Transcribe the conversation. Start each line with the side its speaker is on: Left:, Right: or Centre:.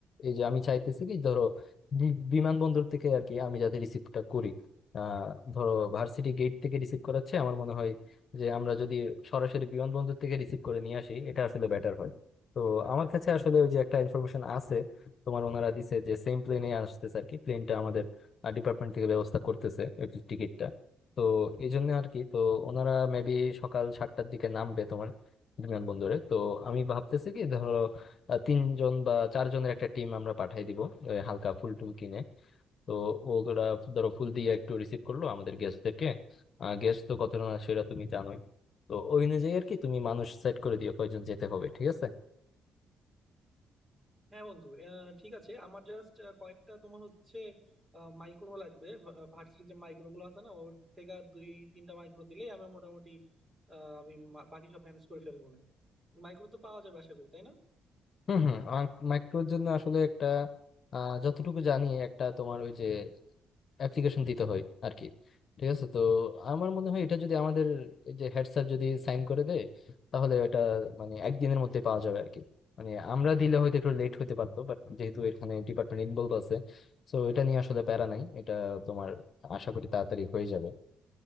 Left: এই যে আমি চাইতেছি কি ধরো বি- বিমানবন্দর থেকে আর কি আমি যাতে রিসিভটা করি আহ ধরো ভার্সিটি গেট থেকে রিসিভ করাচ্ছে আমার মনে হয় যে আমরা যদি সরাসরি বিমানবন্দর থেকে রিসিভ করে নিয়ে আসি এটা আসলে বেটার হয় তো আমার কাছে আসলে ওই যে একটা ইনফরমেশন আছে তোমার ওনারা দিছে যে সেম প্লেনে আসতেছে আর কি প্লেনটা ডিপার্টমেন্ট থেকে ব্যবস্থা করতেছে টিকিটটা তো এই জন্য আর কি তো ওনারা মেবি সকাল সাতটার দিকে নামবে তোমার বিমানবন্দরে তো আমি ভাবতেছি কি ধরো আহ, তিনজন বা চারজনের একটা টিম আমরা পাঠাই দিব ওই হালকা ফুল টুল কিনে তো ওরা ধরো ফুল দিয়ে একটু রিসিভ করলো আমাদের গেস্টদেরকে গেস্ট তো কতজন আসে সেটা তুমি জানোই তো ওই অনুযায়ী আর কি তুমি মানুষ সেট করে দিও কয়জন যেতে হবে ঠিক আছে
Right: হ্যাঁ বন্ধু আহ, ঠিক আছে আমার জাস্ট কয়েকটা তোমার হচ্ছে মাইক্রো লাগবে ভার্সিটির যে মাইক্রো গুলো আছে না ওর থেকে আর দুই তিনটা মাইক্রো দিলেই আমার মোটামুটি আহ, আমি মা- বাকি সব ম্যানেজ করে ফেলবো না মাইক্রো তো পাওয়া যাবে আশা করি তাই না
Left: হুম হুম মাইক্রোর জন্য আসলে একটা আহ, যতটুকু জানি একটা তোমার ওই যে অ্যাপ্লিকেশন দিতে হয় আর কি ঠিক আছে তো আমার মনে হয় এটা যদি আমাদের এই যে হেড স্যার যদি সাইন করে দেয় তাহলে এটা মানে একদিনের মধ্যে পাওয়া যাবে আর কি মানে আমরা দিলে হয়তো একটু লেট হতে পারতো বাট যেহেতু এখানে ডিপার্টমেন্ট ইনভলভ আছে তো এটা নিয়ে আসলে প্যারা নাই এটা তোমার আশা করি তাড়াতাড়ি হয়ে যাবে